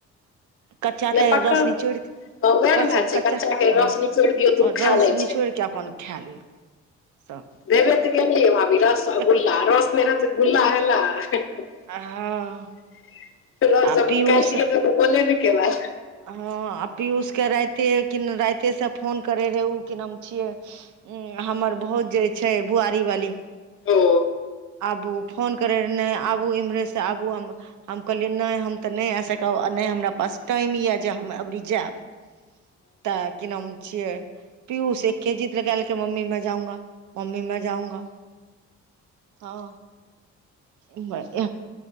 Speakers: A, on the right; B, on the left.
A: कच्चा
B: नहि
A: तऽ
B: पक्कल
A: रस निचोड़ केँ
B: वएह
A: कच
B: ने भए छै
A: कच्चा
B: के रस
A: हँ
B: निचोड़ि
A: <inaudible>
B: दियौ तऽ ओ
A: और
B: खा
A: रस
B: लै छै
A: निचोड़ कऽ अपन ख़ै ललकै <inaudible> सब
B: देबे तऽ गेलियैह भावी रस
A: एक
B: गुल्ला रस नै रहतै तऽ गुल्ला भेलैय <inaudible>
A: हँ
B: <inaudible> रस
A: आ
B: जब
A: पीयूष
B: निकाललिये तऽ ओकर गोले न खैवे
A: हँ आ पियूष केँ राइते कि राइते से फोन करे रहे ओ कि नाम छियै उ हमर भौज जे छै बुआरीवाली
B: ओ
A: आबु फोन करै रहैन नै आबू इम्हरे से आबू हम हम कहलियै नै हम तऽ नै आ सकब आ नै हमरा पास टाइम यऽ जे हम अबरी जायब <unintelligible> कि नाम छिये पीयूष एकेँ जीद लगालके मम्मी <unintelligible> हऽ <unintelligible>